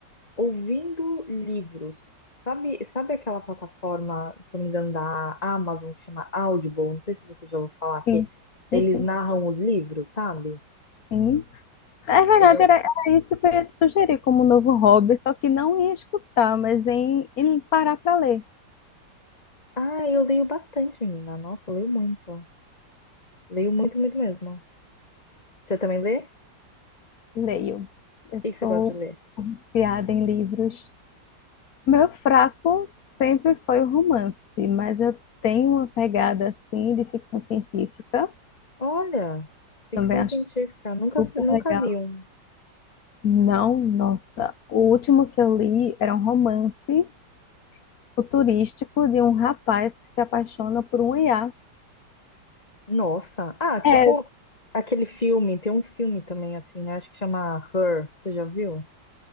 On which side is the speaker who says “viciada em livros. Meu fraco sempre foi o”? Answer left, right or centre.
Left